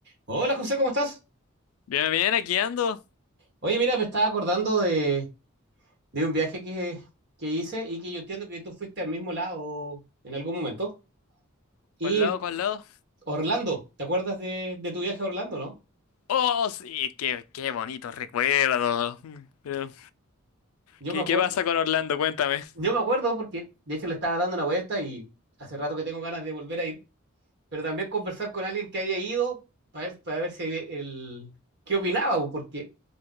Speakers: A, on the right; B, on the left.
A: Hola José, ¿cómo estás?
B: Bien, bien, aquí ando.
A: Oye, mira, me estaba acordando de, de un viaje que, que hice y que yo entiendo que tú fuiste al mismo lado en algún momento. Y
B: ¿Cuál lado, cuál lado?
A: Orlando, ¿te acuerdas de, de tu viaje a Orlando, no?
B: Oh, sí, qué, qué bonito recuerdo. Mm, Pero,
A: Yo
B: ¿qué,
A: me acuerdo,
B: qué pasa con Orlando? Cuéntame.
A: yo me acuerdo porque de hecho le estaba dando una vuelta y hace rato que tengo ganas de volver a ir, pero también conversar con alguien que había ido para ver, para ver si el, qué opinaba, porque